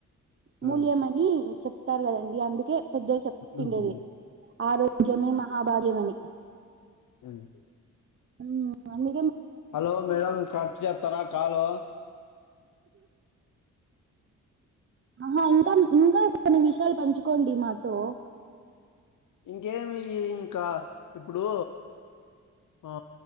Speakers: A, on the right; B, on the left.
A: మూల్యమనీ
B: ఉమ్,
A: చెప్తారు కదండి అందుకే పెద్దలు చెప్తుండేది
B: ఉమ్,
A: ఆరోగ్యమే మహాభాగ్యం అని
B: మ్మ్
A: ఉమ్ అండి
B: హలో మేడం కట్ చేత్తారా కాల్
A: ఆహా ఇంకా ఇంకా కొన్ని విషయాలు పంచుకోండి మాతో
B: ఇంకేమి ఇంకా ఇప్పుడు ఆ